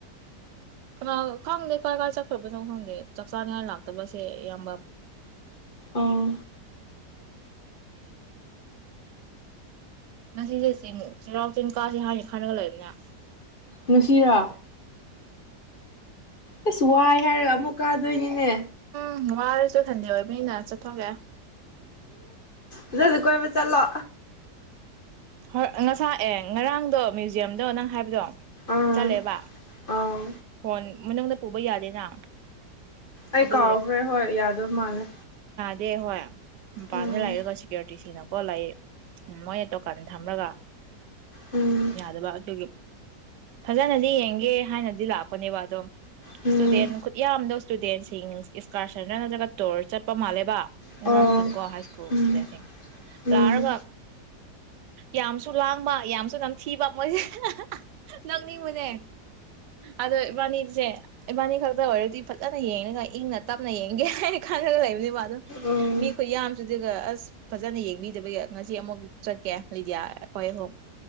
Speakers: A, on the right (about 80°); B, on the left (about 35°).
A: ꯀꯩꯅꯣ ꯈꯪꯗꯦ ꯀꯥꯏ ꯀꯥꯏ ꯆꯠꯈ꯭ꯔꯕꯅꯣ ꯈꯪꯗꯦ ꯆꯥꯛ ꯆꯥꯅꯤꯡꯉꯥꯏ ꯂꯥꯛꯇꯕꯁꯦ ꯌꯥꯝ
B: ꯑꯣ
A: ꯉꯁꯤꯁꯦ ꯆꯤꯡ ꯆꯩꯔꯥꯎ ꯆꯤꯡ ꯀꯥꯁꯦ ꯍꯥꯟꯅꯅꯤ ꯈꯔꯒ ꯂꯩꯛꯕꯅ
B: ꯅꯨꯡꯁꯤꯔ ꯑꯦ ꯆꯋꯥ ꯏ ꯍꯥꯏꯔ ꯑꯃꯃꯨꯀꯥ ꯂꯣꯏꯅꯤꯅꯦ
A: ꯎꯝ ꯋꯥꯔꯁꯨ ꯊꯟꯗꯤꯦ ꯑꯣꯏꯕꯅꯤꯅ ꯆꯠꯊꯣꯛꯒꯦ
B: ꯑꯗꯨꯁꯨ ꯀꯣꯏꯕ ꯆꯠꯂꯣ
A: ꯍ ꯉꯁꯥꯛ ꯑꯦ ꯉꯔꯥꯡꯗꯣ ꯃ꯭ꯌꯨꯖꯤꯌꯝꯗꯣ ꯅꯪ ꯍꯥꯏꯕꯗꯣ
B: ꯑꯥ
A: ꯆꯂꯦꯕ
B: ꯑꯥ
A: ꯐꯣꯟ ꯃꯅꯨꯡꯗ ꯄꯨꯕ ꯌꯥꯗꯦꯅ
B: ꯑꯩ
A: ꯑꯗꯨꯒꯤ
B: ꯀꯥꯎꯈ꯭ꯔꯦ ꯍꯣꯏ ꯌꯥꯗꯣꯏ ꯃꯥꯜꯂꯦ
A: ꯗꯦ ꯍ ꯄꯥꯥꯟ
B: ꯎꯝ
A: ꯂꯥꯏꯔꯒꯁꯤ ꯀ꯭ꯔ ꯑꯣꯣ ꯂꯥꯛ ꯎ ꯃꯣꯏꯅ ꯗꯨꯀꯥꯟ ꯊꯝꯃꯒ
B: ꯎꯝ
A: ꯗꯕ ꯑꯗꯨ ꯐꯖꯅꯗꯤ ꯌꯦꯡꯒꯦ ꯍꯥꯏꯅꯗꯤ ꯂꯥꯛꯄ ꯀꯅꯤꯋꯥꯗꯣ
B: ꯎꯝ
A: ꯁꯨꯗꯦꯟ ꯈꯨꯠ ꯌꯥꯝꯗꯣ ꯏꯁꯇꯨꯗꯦꯟꯁꯤꯡ ꯏꯁꯀꯥꯔꯁꯟꯗ ꯅꯠꯇ꯭ꯔꯒ ꯇꯣꯔ ꯆꯠꯄ ꯃꯥꯜꯂꯦꯕ
B: ꯑꯣ
A: ꯑꯉꯥꯡꯁꯤꯡꯀꯣ ꯍꯥꯏ ꯁ꯭ꯀꯨꯜ
B: ꯎꯝ
A: ꯏꯁꯇꯨꯗꯦꯟꯁꯤꯡ
B: ꯎꯝ
A: ꯂꯥꯛꯔꯒ ꯌꯥꯝꯁꯨ ꯂꯥꯡꯕ ꯌꯥꯝꯁꯨ ꯅꯝꯊꯤꯕ ꯃꯣꯏꯁꯦ ꯅꯪꯅꯤꯡꯕꯅꯦ ꯑꯗꯣ ꯏꯕꯥꯅꯤꯁꯦ ꯏꯕꯥꯅꯤ ꯈꯛꯇ ꯑꯣꯏꯔꯗꯤ ꯐꯖꯅ ꯌꯦꯡꯉꯒ ꯏꯪꯅ ꯇꯞꯅ ꯌꯦꯡꯒꯦ ꯍꯥꯏꯅ ꯈꯥꯟꯅꯒ ꯂꯩꯕꯅꯦꯕ ꯑꯗꯨꯣ
B: ꯎꯝ
A: ꯃꯤ ꯈꯨꯠ ꯌꯥꯝꯁꯨꯗꯨꯒ ꯑꯁ ꯐꯖꯅ ꯌꯦꯡꯕꯤꯗꯕꯒꯤ ꯉꯁꯤ ꯑꯃꯨꯛ ꯆꯠꯀꯦ ꯂꯤꯗꯤꯌꯥ ꯑꯩꯈꯣꯏꯍꯨꯝ